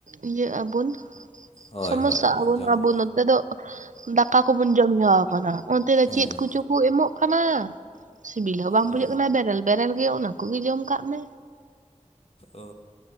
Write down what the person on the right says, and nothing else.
ᱤᱭᱟᱹᱜ ᱟᱵᱩᱱ
ᱥᱚᱢᱚᱥᱥᱟ
ᱟᱵᱚᱱ
ᱟᱵᱚ
ᱱᱚ ᱱᱚᱛᱮ ᱫᱚ ᱫᱟᱠᱟ ᱠᱚᱵᱚᱱ ᱡᱚᱢ ᱦᱮᱣᱟ ᱠᱟᱱᱟ ᱚᱱᱛᱮ ᱫᱚ
ᱪᱮᱫ ᱠᱚᱪᱚ ᱠᱩ ᱮᱢᱚᱜ ᱠᱟᱱᱟ᱾ ᱥᱤᱵᱤᱞ ᱦᱚᱸ ᱵᱟᱝ ᱵᱩᱡᱷᱟᱹᱜ
ᱠᱟᱱᱟ ᱵᱮᱨᱮᱞ ᱵᱮᱨᱮᱞ ᱜᱮ ᱚᱱᱟᱠᱚᱜᱮ ᱡᱚᱢ ᱠᱟᱜ ᱢᱮ᱾